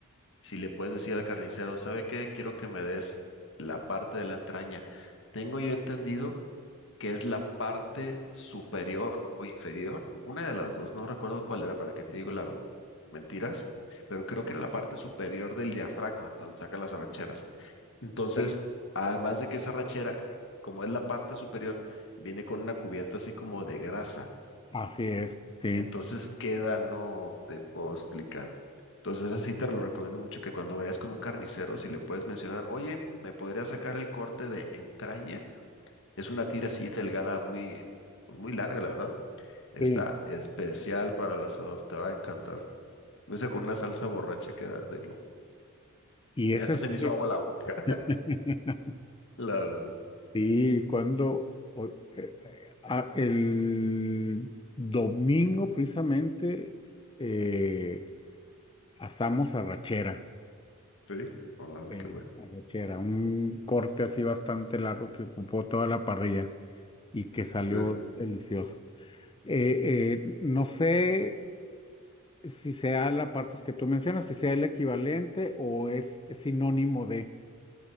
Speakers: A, on the left; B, on the left.
A: si le puedes decir al carnicero, ¿sabe qué? Quiero que me des la parte de la entraña. Tengo yo entendido que es la parte superior o inferior, una de las dos, no recuerdo cuál era, para qué te digo la mentiras, pero creo que era la parte superior del diafragma, de donde saca las arracheras. Entonces,
B: Sí,
A: además de que esa rachera, eh, como es la parte superior, viene con una cubierta así como de grasa.
B: Así es, sí,
A: Entonces queda, no te puedo explicar. Entonces, así te lo recomiendo mucho que cuando vayas con un carnicero, si le puedes mencionar, oye, ¿me podría sacar el corte de entraña? Es una tira así delgada, muy, pues, muy larga, la verdad. Está
B: sí.
A: especial para el asador, te va a encantar. Ese con una salsa borracha queda de lujo.
B: Y
A: Ya
B: ese
A: hasta se me hizo
B: es,
A: agua la boca,
B: <laughs>
A: <laughs> la verdad.
B: sí, cuando o- eh, eh, ah, el domingo precisamente eh, asamos arrachera,
A: Sí. Ah,
B: eh,
A: qué bueno.
B: arrachera, un corte así bastante largo que ocupó toda la parrilla y que salió
A: Sí.
B: delicioso. Eh, eh, no sé si sea la parte que tú mencionas, si sea el equivalente o es sinónimo de...